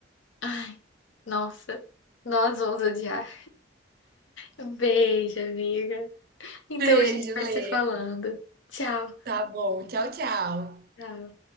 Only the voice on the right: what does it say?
Beijo,
Lê.
Tá bom. Tchau, tchau.